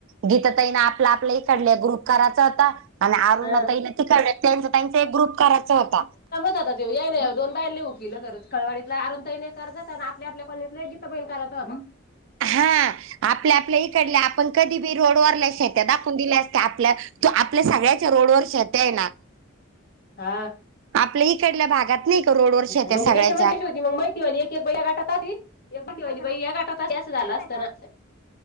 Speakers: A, on the right; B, on the left.
A: गीता तई ना आपलं आपल्या इकड ग्रुप करायचा होता आणि
B: आहे.
A: अरुण आता न त कर त्यां त्यांचा एक ग्रुप करायचा होता
B: नाही दोन बानी हो केलं कर खळवाडीतला अरूना ताई नाही कर जात आपल्या कॉलनीत बाईन करायचं आपण
A: हा आपल्या आपल्या इकड आपण कधी बी रोडवरल्या शेत्या दाखवून दिले असते आपल्या तो आपल्या सगळ्याच्या रोडवर शेत्या आहे ना <inaudible>
B: हा
A: आपल्या इकडल्या भागात नाही का रोड वर शेत्या
B: म्हणजे
A: सगळ्याच्या
B: त्याच्यामध्ये कशी होती मग माहिती वाली एक एक बाई या गाटात एक बटी वाली बाई या गाटात असं झालं असतं ना